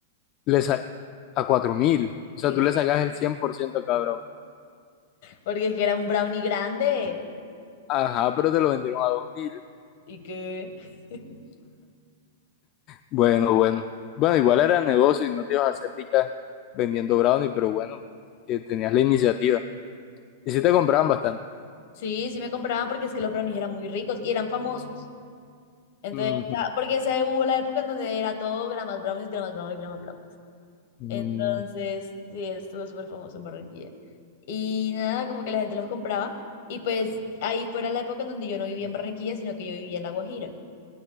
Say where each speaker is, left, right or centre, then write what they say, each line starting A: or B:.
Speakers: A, on the left; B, on the left.
A: Le sa- a cuatro mil. O sea,
B: Sí.
A: tú le sacas el 100% a cada Brownie.
B: Porque es que era un brownie grande
A: Ajá, pero te lo vendieron a dos mil.
B: y que... <laughs>
A: Bueno, bueno. Bueno, igual era negocio y no te ibas a hacer rica vendiendo Brownie, pero bueno, que tenías la iniciativa. Y sí te compraban bastante.
B: Sí, sí me compraban porque es que los brownies eran muy ricos y eran famosos. Entonces,
A: Ujú.
B: ya- porque esa hubo la época en donde era todo gramas brownies, gramas brownies, gramas brownies.
A: Mm,
B: Entonces, sí, estuvo súper famoso en Barranquilla. Y nada, como que la gente los compraba. Y pues ahí fuera la época en donde yo no vivía en Barranquilla, sino que yo vivía en La Guajira.